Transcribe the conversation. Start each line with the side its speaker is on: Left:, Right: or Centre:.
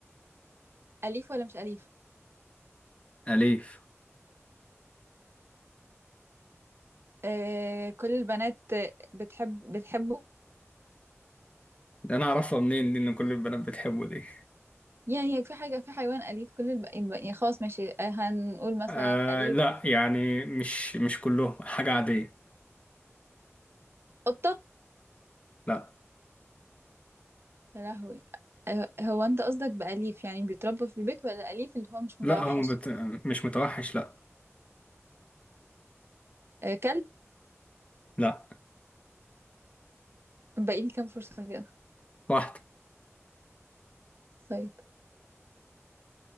Right: أليف ولا مش أليف
Left: اليف
Right: آه كل البنات بتحب بتحبه
Left: ده انا اعرفها منين دي ان كل البنات بتحبه دي
Right: يعني في حاجة في حيوان أليف كل الب... يبقى- يعني خلاص ماشي آه، هنقول مثلا
Left: آه
Right: أليف
Left: لا يعني مش مش كلهم حاجة عادية
Right: قطة
Left: لا
Right: يا لهوي آه، هو انت قصدك بأليف يعني بيتربى في البيت ولا أليف اللي هو مش متوحش
Left: لا هم بت... مش متوحش لا
Right: آه كلب
Left: لا
Right: باقي لي كام فرصة كده
Left: واحدة
Right: طيب